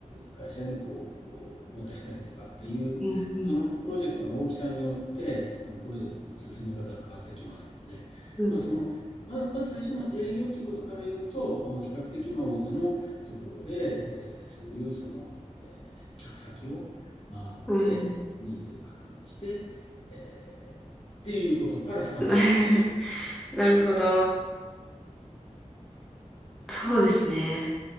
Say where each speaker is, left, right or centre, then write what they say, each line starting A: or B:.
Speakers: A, on the left; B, in the centre.
A: 会社にこうを出したりとかっていうそのプロジェクトの大きさによってあのプロジェクトの進め方が変わってきますので、
B: うん。うん。うん。
A: まあ、そのままず最初の営業ということから言うと比較的まあ大手のところで、えーそういうその、えー客先を回ってニーズを確認して、
B: うん。
A: えーっていうことからスタートでしょうね。
B: <laughs> なるほど。そうですね。